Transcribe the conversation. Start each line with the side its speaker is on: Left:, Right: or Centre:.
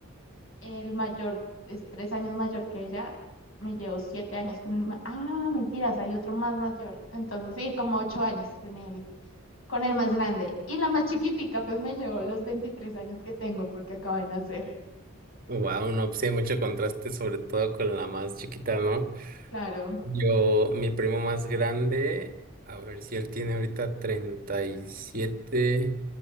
Left: el mayor es tres años mayor que ella, me llevo siete años con el... ma- Ah, mentiras, hay otro más mayor. Entonces, sí, como ocho años con él con el más grande. Y la más chiquitica, pues me llevó los 23 años que tengo porque acaba de nacer.
Right: Wow, no, pues sí hay mucho contraste, sobre todo con la más chiquita, ¿no?
Left: Claro.
Right: Yo, mi primo más grande, a ver si él tiene ahorita treinta y siete